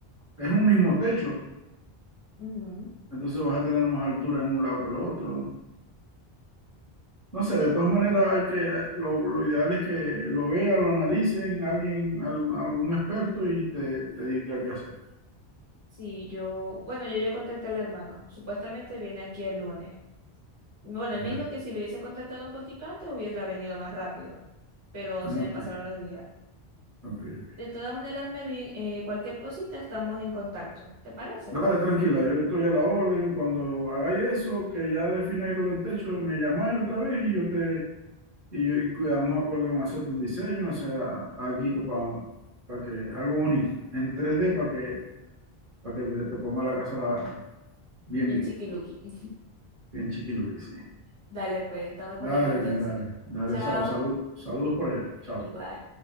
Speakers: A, on the right; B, on the right.
A: es un mismo techo,
B: Ujú.
A: entonces vas a tener más altura en un lado que el otro. No sé,
B: Ve.
A: de todas maneras hay que, lo, lo ideal es que lo vea, lo analicen, alguien, algún, algún experto y te, te diga qué hacer.
B: Sí, yo, bueno, yo ya contacté al hermano. Supuestamente viene aquí el lunes. Bueno, él
A: Ya.
B: me dijo que si lo hubiese contactado un poquito antes hubiera venido más rápido. Pero se me
A: Ok,
B: pasaron los días.
A: ok, ok.
B: De todas maneras, Melvin, eh, cualquier cosita estamos en contacto. ¿Te parece?
A: Dale, tranquila, yo estoy a la orden. Cuando hagáis eso, que ya defináis lo del techo, me llamáis otra vez y yo te y, yo, y quedamos de acuerdo en hacerte un diseño, hacer algo para que algo bonito, pues, en tres d para que para que te, te ponga la casa bien,
B: Bien
A: bien,
B: chiquiluki. <laughs>
A: bien chiquiluqui, sí.
B: Dale, pues, estamos en contacto
A: Dale,
B: entonces.
A: mira, dale, dale,
B: Chao.
A: chao, salud, saludos por allá, chao.
B: Igual.